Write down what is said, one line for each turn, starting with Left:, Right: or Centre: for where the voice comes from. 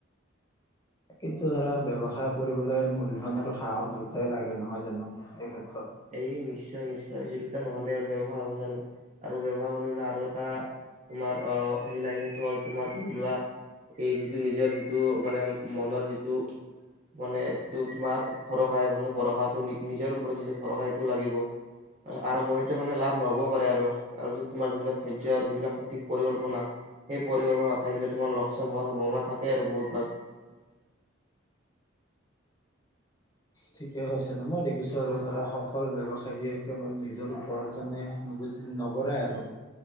Left: কিন্তু ধৰা ব্যৱসায় কৰিবলৈ মূলধন আৰু সাহস দুটাই লাগে নহয় জানো এই ক্ষেত্ৰত
Right: এই নিশ্চয় নিশ্চয় সেই দুটা নহলে আৰু ব্যৱসায় হ'ব জানো আৰু ব্যৱসায় কৰিবলৈ আৰু এটা তোমাৰ আহ সিলাগে সেইটো হ'ল তোমাৰ ধৰি লোৱা এই যিটো নিজৰ যিটো মানে মনৰ যিটো মানে যিটো তোমাৰ ভৰসা আহিব ন ভৰসটো নিজৰ ওপৰত যিটো ভৰসা সেইটো লাগিব আৰম্ভনিতে মানে লাভ নহবও পাৰে আৰু তাৰপিছত তোমাৰ যিবিলাক ধৈৰ্য আৰু যিবিলাক সঠিক পৰিকল্পনা সেই পৰিকল্পনা নাথাকিলে তোমাৰ লোকচাণ হোৱাৰ সম্ভাৱনা থাকে আৰু বহুত ভাগ
Left: ঠিকে কৈছা দে, মই দেখিছোঁ আৰু ধৰা সফল ব্যৱসায়ীয়ে কেৱল নিজৰ উপাৰ্জনে নুবুজি নবৰাই আৰু